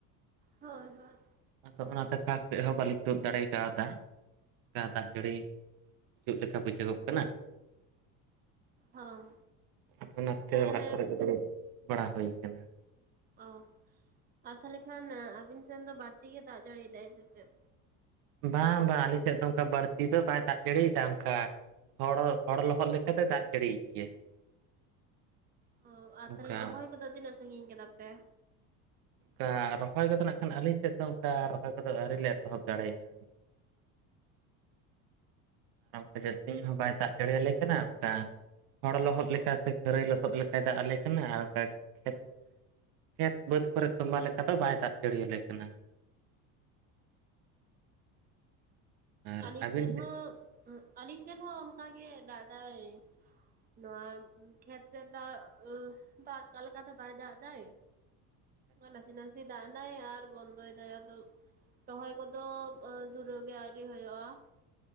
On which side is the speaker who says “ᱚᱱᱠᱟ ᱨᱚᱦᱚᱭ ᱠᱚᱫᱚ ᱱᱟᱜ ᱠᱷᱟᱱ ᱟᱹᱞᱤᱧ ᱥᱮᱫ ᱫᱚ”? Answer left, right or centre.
Right